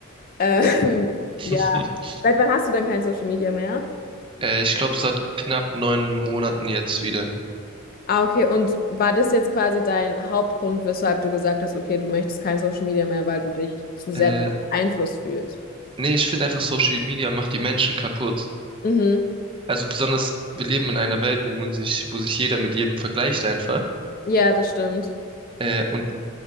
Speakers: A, on the left; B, on the right.
A: Ähm, <laughs>
B: <laughs>
A: ja, seit wann hast du denn kein Social Media mehr?
B: Äh, ich glaube, seit knapp neun Monaten jetzt wieder.
A: Ah, okay. Und war das jetzt quasi dein Hauptgrund, weshalb du gesagt hast, okay, du möchtest kein Social Media mehr, weil du dich zu sehr
B: Äh,
A: davon beeinflusst fühlst?
B: nee, ich finde einfach, Social Media macht die Menschen kaputt.
A: Mhm.
B: Also besonders, wir leben in einer Welt, wo man sich, wo sich jeder mit jedem vergleicht einfach.
A: Ja, das stimmt.
B: Äh, und